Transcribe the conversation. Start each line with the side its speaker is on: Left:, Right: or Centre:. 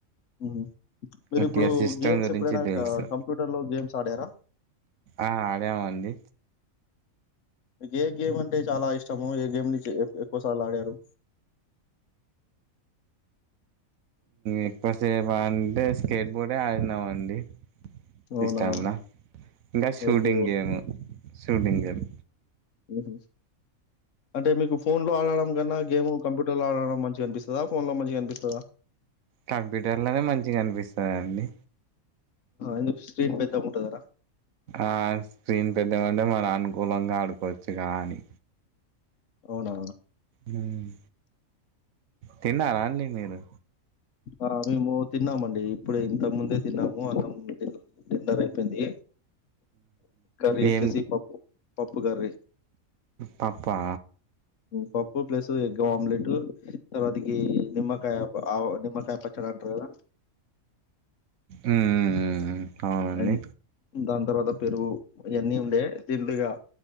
Left: మ్ మీరు
Right: ఉట్టిగా
Left: ఇప్పుడు
Right: సిస్టమ్
Left: గేమ్స్
Right: గురించి
Left: ఎప్పుడైనా
Right: తెలుసు
Left: కంప్యూటర్ లో గేమ్స్ ఆడారా?
Right: ఆ ఆడాము అండి
Left: ఏ గేమ్ అంటే చాలా ఇష్టము. ఏ గేమ్ ను ఎక్కువ సార్లు ఆడారు.
Right: ఎక్కువ సేపు అంటే స్కేట్ బోర్డే ఆడినామండి.
Left: అవునా
Right: సిస్టంలో ఇంకా Shooting
Left: okay.
Right: game shooting game.
Left: ఉ ఉ అంటే మీకు ఫోన్లో ఆడడం కన్నా గేమ్ కంప్యూటర్ లో ఆడడం మంచిగా అనిపి? స్తుందా ఫోన్ లో మంచిగా అనిపిస్తాదా
Right: కంప్యూటర్లోనే మంచిగా అనిపిస్తాదండి.
Left: ఎందుకు స్క్రీన్ పెద్దగుంట దనా
Right: ఆ స్క్రీన్ పెద్దగుంటే మనం అనుకూలంగా ఆడుకోవచ్చు కానీ
Left: అవునా
Right: మ్ తిన్నరండి? మీరు.
Left: ఆ మేము తిన్నామండి. ఇప్పుడు ఇంతకు ముందే తిన్నాము. అంతకుముందే డిన్నర్ అయిపోయింది. కర్రీ వచ్చేసి
Right: ఏం
Left: పప్పు. పప్పు కర్రీ.
Right: పప్పా
Left: పప్పు ప్లస్ ఎగ్గ ఆమ్లెట్ తర్వాతక నిమ్మకాయ నిమ్మకాయ పచ్చడీ. చాలా అంటారు కదా?
Right: మ్ హూ హూ కావాలండి
Left: అండ్ దాని తర్వాత పెరుగు ఇవన్నీ ఉండే దిండుగా